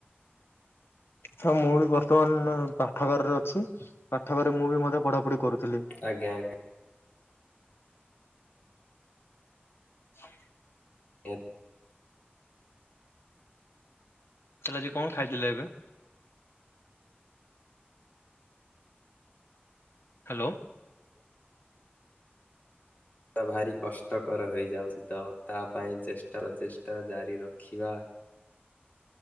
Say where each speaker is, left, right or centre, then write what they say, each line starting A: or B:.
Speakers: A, on the left (about 75°); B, on the left (about 45°).
A: ହଁ ମୁଁ ବି ବର୍ତ୍ତମାନ ପାଠାଗାରରେ ଅଛି। ପାଠାଗାରରେ ମୁଁ ବି ମଧ୍ୟ ପଢାପଢି କରୁଥିଲି।
B: ଆଜ୍ଞା ଆଜ୍ଞା।
A: <inaudible>
B: ଓ
A: ତାହେଲେ ଆଜି କଣ ଖାଇଥିଲେ ଏବେ? ହ୍ୟାଲୋ।
B: ଭାରି କଷ୍ଟକର ହେଇଯାଉଛି ତ। ତା ପାଇଁ ଚେଷ୍ଟା ପ୍ରଚେଷ୍ଟା ଜାରି ରଖିବା
A: <inaudible>